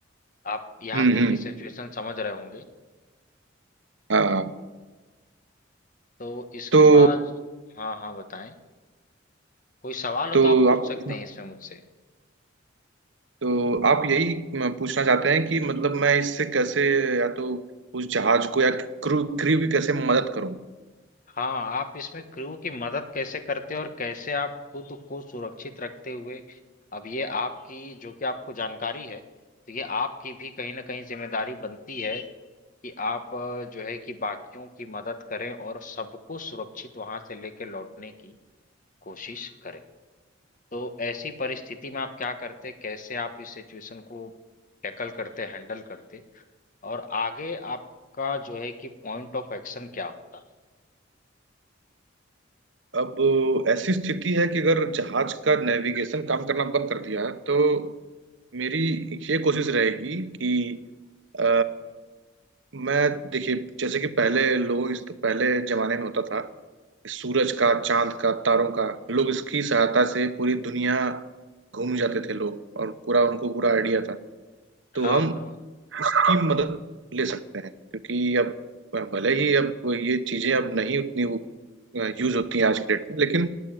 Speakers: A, on the left; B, on the right.
A: आप यहाँ
B: हम्म
A: तक
B: हम्म
A: की सिचुएशन समझ रहे होंगे
B: हाँ हाँ।
A: तो इसके
B: तो
A: बाद हाँ हाँ बताएं कोई सवाल हो
B: तो
A: तो आप पूछ
B: आप
A: सकते हैं इसमें मुझसे
B: तो आप यही पूछना चाहते हैं कि मतलब मैं इससे कैसे या तो उस जहाज को या क्रू क्रू की कैसे मदद करूं
A: हाँ, आप इसमें क्रू की मदद कैसे करते हो और कैसे आप खुद को सुरक्षित रखते हुए अब ये आपकी जो कि आपको जानकारी है तो ये आपकी भी कहीं ना कहीं जिम्मेदारी बनती है कि आप अ, जो है कि बाकियों की मदद करें और सबको सुरक्षित वहां से लेके लौटने की कोशिश करें तो ऐसी परिस्थिति में आप क्या करते कैसे आप इस सिचुएशन को टैकल करते हैंडल करते और आगे आपका जो है कि पॉइंट ऑफ एक्शन क्या होता
B: अब ऐसी स्थिति है कि अगर जहाज का नेविगेशन काम करना बंद कर दिया तो मेरी ये कोशिश रहेगी कि अ, मैं देखिए जैसे कि पहले लोग इस पहले जमाने में होता था सूरज का चांद का तारों का लोग इसकी सहायता से पूरी दुनिया घूम जाते थे लोग और पूरा उनको पूरा आइडिया था तो
A: हाँ
B: हम
A: हाँ
B: उसकी मदद ले सकते हैं क्योंकि अब भले ही अब ये चीजें अब नहीं उतनी यूज होती हैं आज के डेट में लेकिन